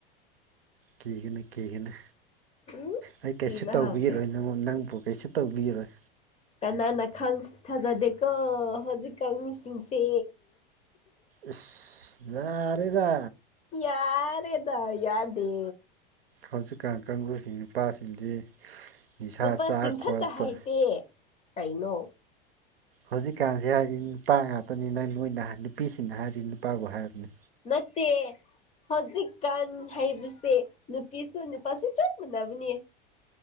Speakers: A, on the right (about 80°); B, on the left (about 25°).
A: ꯀꯤꯒꯅꯨ ꯀꯤꯒꯅ
B: ꯎꯝ
A: ꯑꯩ ꯀꯩꯁꯨ
B: ꯀꯤꯕ
A: ꯇꯧꯕꯤꯔꯣꯏꯅꯣ
B: ꯍꯧꯈ꯭ꯔꯦ
A: ꯅꯉꯣꯟ ꯅꯪꯕꯨ ꯀꯩꯁꯨ ꯇꯧꯕꯤꯔꯣꯏ
B: ꯀꯅꯥꯅ ꯊꯥꯖꯗꯦꯀꯣ ꯍꯧꯖꯤꯛꯀꯥꯟ ꯃꯤꯁꯤꯡꯁꯦ
A: ꯏ ꯌꯥꯔꯦꯗꯥ
B: ꯌꯥꯔꯦꯗ ꯌꯥꯗꯦ
A: ꯍꯧꯖꯤꯛꯀꯥꯟ ꯀꯥꯡꯁꯤꯡ ꯅꯨꯄꯥꯁꯤꯡꯗꯤ ꯅꯤꯁꯥ
B: ꯅꯨꯄꯥ
A: ꯆꯥ
B: ꯆꯤꯡꯈꯠꯇ
A: ꯈꯣꯠꯄ
B: ꯍꯥꯏꯇꯦ ꯀꯩꯅꯣ
A: ꯍꯧꯖꯤꯛꯀꯥꯟꯁꯤ ꯍꯥꯏꯔꯤ ꯅꯨꯄꯥ ꯉꯥꯛꯇꯅꯤ ꯅꯪ ꯅꯣꯏꯅ ꯅꯨꯄꯤꯁꯤꯡꯅ ꯍꯥꯏꯔꯤ ꯅꯨꯄꯥꯕꯨ ꯍꯥꯏꯕꯅꯤ
B: ꯅꯠꯇꯦ ꯍꯧꯖꯤꯛꯀꯥꯟ ꯍꯥꯏꯕꯁꯦ ꯅꯨꯄꯤꯁꯨ ꯅꯨꯄꯥꯁꯨ ꯆꯞ ꯃꯥꯟꯅꯕꯅꯦ